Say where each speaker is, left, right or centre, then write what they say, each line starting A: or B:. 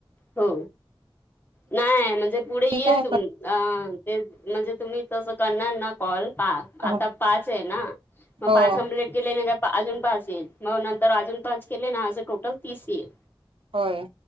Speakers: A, on the left; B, on the right.
A: हो नाही म्हणजे पुढे येईल
B: ठीक आहे
A: तुम अ ते म्हणजे तुम्ही तसं करणार ना कॉल पाहा
B: हो
A: आता पाच है ना मग
B: हो
A: पाच कंप्लेट केले का अजून पाच येईल मग नंतर अजून पाच केले ना माझं टोटल तीस येईल
B: होय